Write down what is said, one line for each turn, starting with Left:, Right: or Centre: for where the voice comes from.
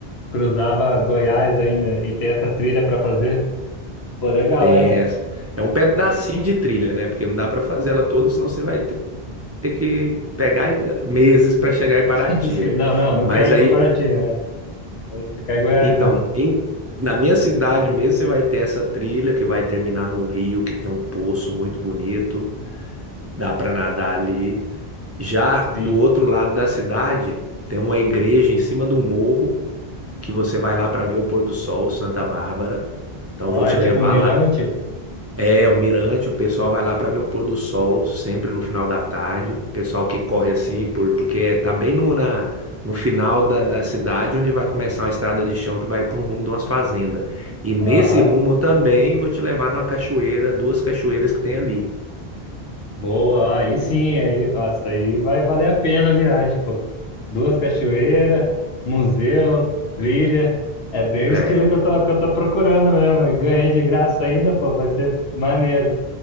Left: Cruzava Goiás aí, né? E tem essa trilha pra fazer. Pô, legal,
Right: Tem
Left: hein?
Right: essa. É um pedacinho de trilha, né? Porque não dá para fazer ela toda, senão você vai ter que pegar eh, meses para chegar em Paraty,
Left: <laughs> Assim,
Right: né?
Left: não, não, não
Right: Mas
Left: quero ir
Right: aí,
Left: pra Paraty, é. Vou Ficar em Goiás
Right: então,
Left: mesmo.
Right: em- na minha cidade mesmo, você vai ter essa trilha que vai terminar num rio que tem um poço muito bonito, dá para nadar ali. Já
Left: Sim.
Right: do outro lado da cidade, tem uma igreja em cima de um morro que você vai lá para ver o pôr do sol, Santa Bárbara. Então,
Left: Ó,
Right: vou te
Left: é tipo
Right: levar
Left: um mirante?
Right: lá. É, o mirante, o pessoal vai lá para ver o pôr do sol, sempre no final da tarde. Pessoal que corre assim, por, porque tá bem no, na, no final da, da cidade, onde vai começar uma estrada de chão que vai para um rumo de umas fazendas. E nesse
Left: Aham.
Right: rumo eu também vou te levar numa cachoeira, duas cachoeiras que tem ali.
Left: Boa, aí sim, aí, nossa, aí vai valer a pena a viagem, pô. Duas cachoeiras, museu, trilha. É bem o
Right: É,
Left: estilo que eu tô, que eu tô procurando mesmo. E ganhei de graça ainda, pô, vai ser maneiro.